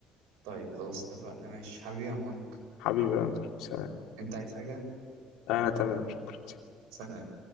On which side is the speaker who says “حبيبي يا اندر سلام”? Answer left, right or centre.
Left